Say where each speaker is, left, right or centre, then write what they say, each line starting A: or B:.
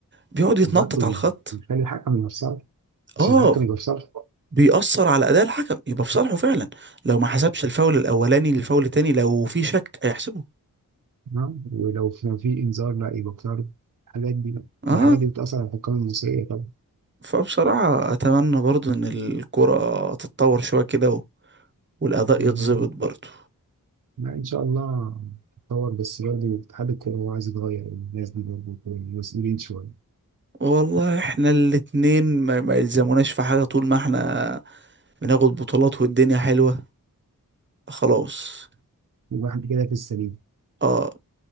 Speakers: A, on the right (about 30°); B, on the right (about 60°).
A: بيقعد يتنطط
B: برضه
A: على الخط
B: بيخلي الحكم يبقى في صالح عشان
A: اه
B: الحكم يبقى في صالح
A: بيأثر على أداء الحكم يبقى في صالحه فعلا لو ما حسبش الفاول الأولاني للفاول التاني لو في شك هيحسبه
B: ها ولو كان في انذار لا يبقى بتعرض الحاجات دي
A: اه
B: الحاجات دي بتأثر على الحكام المصرية طبعا
A: فبصراحة أتمنى برضو إن الكرة تتطور شوية كده و- والأداء
B: يا
A: يتظبط
B: رب.
A: برضو
B: لا إن شاء الله تتطور بس برضه اتحاد الكورة هو عايز يتغير الناس دي برضه مسؤولين شوية
A: والله احنا الاتنين ما, ما يلزموناش في حاجة طول ما احنا بناخد بطولات والدنيا حلوة خلاص
B: يبقى حد كده في السليم
A: اه